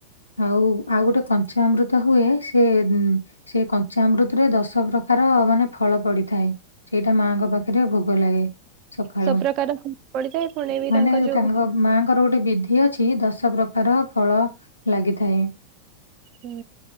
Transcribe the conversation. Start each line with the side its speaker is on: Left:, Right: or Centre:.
Left: ଆଉ ଆଉ ଗୋଟେ କଞ୍ଚା ଅମୃତ ହୁଏ। ସେ ସେଇ କଞ୍ଚାମୃତରେ ଦଶ ପ୍ରକାର ମାନେ ଫଳ ପଡିଥାଏ। ସେଇଟା ମାଙ୍କ ପାଖରେ ଭୋଗ ଲାଗେ। ସକାଳୁ
Right: ସବୁ ପ୍ରକାର ପଡିଥାଏ ପୁଣି ବି
Left: ମାନେ
Right: ଯୋଉ
Left: ତାଙ୍କ ମା ର ଗୋଟେ ବିଧି ଅଛି ଦଶ ପ୍ରକାର ଫଳ ଲାଗିଥାଏ।
Right: ହୁଁ